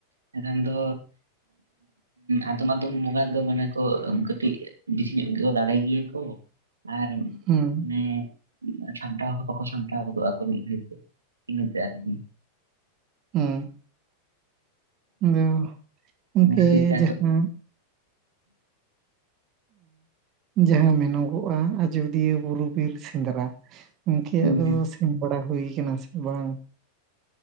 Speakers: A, on the right; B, on the right.
A: ᱦᱩᱸ <unintelligible> ᱫᱚ ᱟᱫᱚᱢ ᱟᱫᱚᱢ ᱵᱚᱸᱜᱟ ᱫᱚ ᱢᱟᱱᱮ ᱠᱚ ᱠᱟᱹᱴᱤᱡ ᱵᱮᱥᱤ ᱧᱚᱜ ᱜᱮ ᱫᱟᱲᱮ ᱜᱮᱭᱟ ᱠᱚ᱾ ᱟᱨ
B: ᱦᱩᱸ
A: ᱟᱱᱮ ᱥᱟᱢᱴᱟᱣ ᱦᱚᱸ ᱵᱟᱠᱚ ᱥᱟᱢᱴᱟᱣ ᱜᱚᱫᱚᱜᱼᱟᱚ ᱢᱤᱫ ᱜᱷᱟᱹᱲᱤᱡᱛᱮ ᱤᱱᱟᱹᱛᱮ ᱟᱨᱠᱤ
B: ᱦᱮᱸ ᱟᱫᱚ ᱜᱚᱝᱠᱮ
A: ᱚᱱᱟ ᱠᱷᱟᱹᱛᱤᱨ ᱛᱮ
B: ᱡᱟᱦᱟᱸ
A: ᱟᱫᱚ
B: ᱡᱟᱦᱟᱸ ᱢᱮᱱᱚᱜᱚᱜᱼᱟ ᱟᱡᱳᱫᱤᱭᱟᱹ ᱵᱩᱨᱩ ᱵᱤᱨ ᱥᱮᱸᱫᱽᱨᱟ᱾ ᱜᱚᱝᱠᱮ
A: ᱦᱩᱸ
B: ᱟᱫᱚ
A: ᱦᱩᱸ
B: ᱥᱮᱱ ᱵᱟᱲᱟ ᱦᱩᱭᱩ ᱟᱠᱟᱱᱟ ᱥᱮ ᱵᱟᱝ?